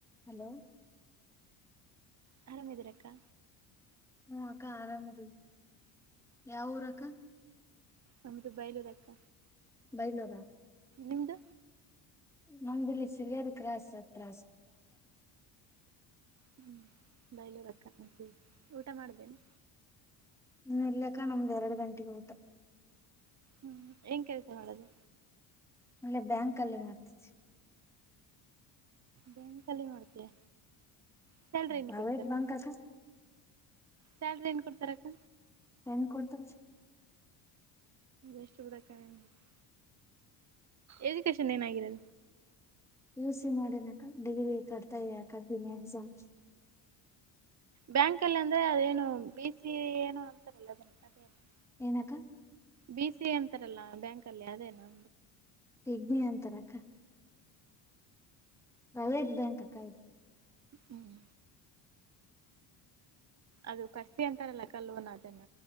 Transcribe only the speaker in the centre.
Hello
ಹ್ಮ್ ಅಕ್ಕ ಆರಾಮದ್ ಇದಿವಿ ಯಾವ್ ಊರಕ್ಕ.
ಬೈಲೂರ
ನಮ್ದಿಲ್ಲಿ <unintelligible> ಕ್ರಸ್ ಅತ್ರ
ಹೂ ಇಲ್ಲಕ್ಕ ನಮ್ದ್ ಎರಡ್ ಗಂಟೆಗೆ ಊಟ.
ಅಲ್ಲೇ ಬ್ಯಾಂಕ್ ಅಲ್ಲಿ ಮಾಡ್ತಿದ್ದೆ.
ಪ್ರೈವೇಟ್
ಬ್ಯಾಂಕ್ ಅಕ್ಕ
ಏನ್ ಕೊಡ್ತರೆ.
ಪಿ ಯು ಸಿ ಮಾಡಿನಿಕ ಡಿಗ್ರಿ ಕಟ್ತಾ ಇದಿನಕ್ಕ ಎಕ್ಸಾಮ್.
ಎನಕ.
ಪಿಗ್ನಿ ಅಂತರಕ್ಕ. ಪ್ರೈವೇಟ್ ಬ್ಯಾಂಕ್ ಅಕ್ಕ ಅದು.